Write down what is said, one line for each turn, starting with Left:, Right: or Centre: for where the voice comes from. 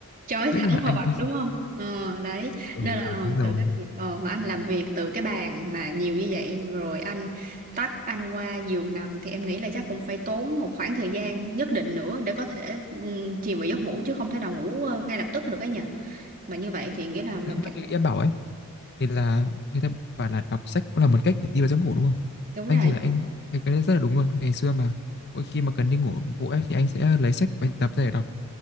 Right: chói
Left: chiếu
Right: thẳng
Left: vào mặt
Right: vào
Left: anh
Right: mặt
Left: <laughs>
Right: đúng không ờ đấy
Left: Ừ
Right: nên là
Left: đúng
Right: ờ,
Left: rồi
Right: từ cái việc ờ, mà anh làm việc từ cái bàn mà nhiều như vậy rồi anh tắt anh qua giường nằm thì em nghĩ là chắc cũng phải tốn một khoảng thời gian nhất định nữa để có thể ừm, chìm vào giấc ngủ chứ không thể nào ngủ ờ, ngay lập tức được ấy nhỉ mà như vậy thì nghĩa là mình
Left: Giống
Right: cảm
Left: như em bảo ấy Thì là người ta bảo là đọc sách cũng là một cách để đi vào giấc ngủ đúng không
Right: đúng
Left: Anh
Right: rồi
Left: thì là anh cũng thấy cái đấy rất là đúng luôn Ngày xưa mà mỗi khi mà cần đi ngủ vội ấy, thì anh sẽ lấy sách bài tập ra để đọc